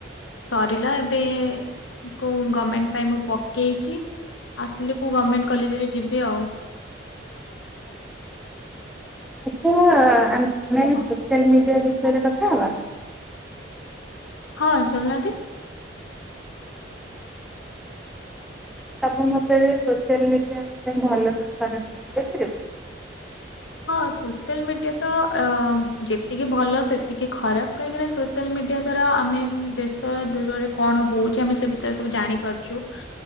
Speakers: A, on the left (about 80°); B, in the centre.
A: ସରିଲା ଏବେ କଉ ଗଭର୍ଣମେଣ୍ଟ ପାଇଁ ମୁଁ ପକେଇଚି ଆସିଲେ କୋଉ ଗଭର୍ଣ୍ଣମେଣ୍ଟ କଲେଜରେ ଯିବି ଆଉ।
B: ଆଛା ଆ ଆମେ ଏ
A: ହଁ
B: ସୋସିଆଲ ମିଡିଆ ବିଷୟରେ କଥା ହବା।
A: ହଁ ଚାଲୁନାହାନ୍ତି।
B: ତମ ମତେ ସୋସିଆଲ ମିଡିଆ ଆମ ପାଇଁ ଭଲ ନା ଖରାପ କହିପାରିବ?
A: ହଁ ସୋସିଆଲ ମିଡିଆ ତ ଅ ଯେତିକି ଭଲ ସେତିକି ଖରାପ କାହିଁକି ନା ସୋ ସୋଲ ମିଡିଆ ଦ୍ଵାରା ଆମେ ଦେଶ ଦୂରରେ କଣ ହଉଚି ଆମେ ସେ ବିଷୟରେ ସବୁ ଜାଣି ପାରୁଚୁ।